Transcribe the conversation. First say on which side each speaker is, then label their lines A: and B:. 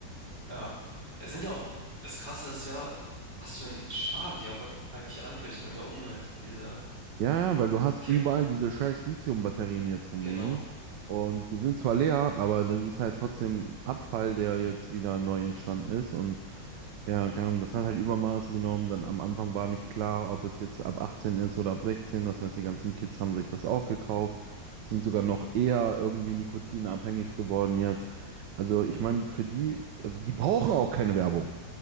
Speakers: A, on the right (about 60°); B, on the right (about 75°).
A: Ja. Es sind ja auch, das Krasse ist ja, was für einen Schaden die auch eigentlich anrichten in der Umwelt, diese
B: Ja, ja, weil du hast
A: Kippendinger.
B: überall diese scheiß Lithium-Batterien jetzt rumliegen.
A: Genau.
B: Und die sind zwar leer, aber das ist halt trotzdem Abfall, der jetzt wieder neu entstanden ist. Und ja, keine Ahnung, das hat halt Übermaß genommen. Dann am Anfang war nicht klar, ob es jetzt ab 18 ist oder ab 16. Das heißt, die ganzen Kids haben sich das auch gekauft, sind sogar noch eher irgendwie nikotinabhängig geworden jetzt. Also ich meine, für die, also die brauchen auch keine Werbung.